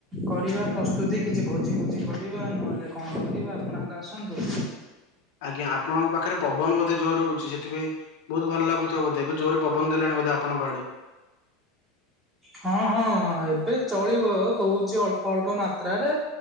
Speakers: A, on the right; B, on the left.
A: କରିବା ପ୍ରସ୍ତୁତି କିଛି ଭୋଜି ଭୋଜି କରିବା ନହେଲେ କଣ କରିବା ଆପଣ ଆଗ ଆସନ୍ତୁ।
B: ଆଜ୍ଞା ଆପଣଙ୍କ ପାଖରେ ପବନ ବୋଧେ ଜୋରରେ ହଉଛି ସେଥିପାଇଁ। ବୋହୁତ ଭଲ ଲାଗୁଥିବ ବୋଧେ ଏବେ ଜୋରରେ ପବନ ଦେଲାଣି ବୋଧେ ଆପଣଙ୍କ ଆଡେ।
A: ହଁ ହଁ ଏବେ ଚଳିବ ଦୋଉଚି ଅଳ୍ପ ଅଳ୍ପ ମାତ୍ରାରେ।